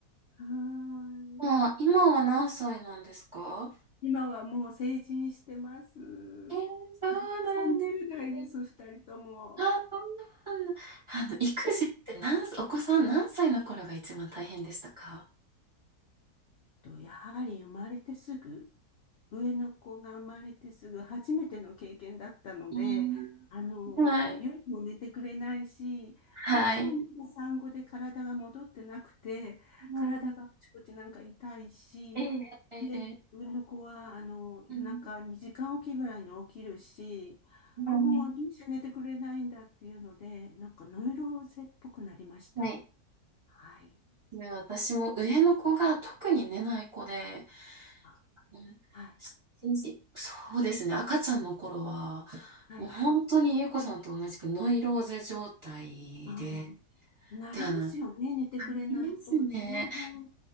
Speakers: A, on the left; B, on the right.
A: はーい。
B: あ、今は何歳なんですか
A: 今はもう成人してます。
B: えー、そうなんですね。
A: 30代です、二人とも。
B: あ、そうなんだ。あの、育児って何歳、お子さん何歳の頃が一番大変でしたか
A: と、やはり生まれてすぐ、上の子が生まれてすぐ初めての経験だったので、
B: うーん、
A: あの夜も寝てくれないし、
B: はい。はい。
A: こっちもまだ産後で体が戻ってなくて、
B: は
A: 体があちこちなんか痛いし、
B: い。ええええええ
A: で、上の子は、あの夜中2時間おきぐらいに起きるし、
B: うん。はい。
A: もうどうして寝てくれないんだっていうので、なんかノイローゼっぽくなりました。
B: はい。
A: はい。
B: 私も上の子が特に寝ない子で、
A: あ
B: うん
A: はい。
B: 一日そうですね、赤ちゃんの頃は、
A: はい。
B: もう本当にゆうこさんと同じくノイローゼ状態で、
A: ああ、なりますよね。
B: てあの、
A: 寝てくれないと。
B: ありますね。
A: 自分も